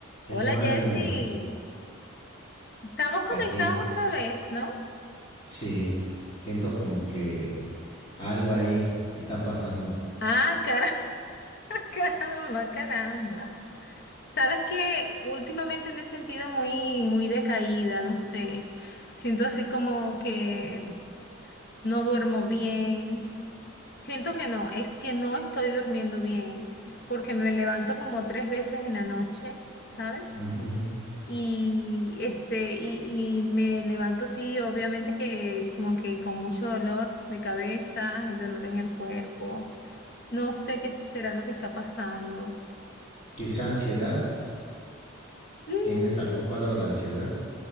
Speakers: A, on the left (about 25°); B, on the left (about 50°).
A: Hey
B: Hola
A: Mari,
B: Jersey, estamos
A: saqué.
B: conectados otra vez, ¿no?
A: Sí, siento como que algo ahí está pasando.
B: Ah, caramba, <laughs> caramba, caramba. Sabes que últimamente me he sentido muy, muy decaída, no sé. Siento así como que no duermo bien. Siento que no, es que no estoy durmiendo bien, porque me levanto como tres veces en la noche, ¿sabes?
A: Ujú.
B: Y este, y, y me levanto, sí, obviamente que como que con mucho dolor de cabeza y dolor en el cuerpo. No sé qué será lo que está pasando.
A: Quizá ansiedad.
B: Mm,
A: ¿Tienes algún cuadro de ansiedad?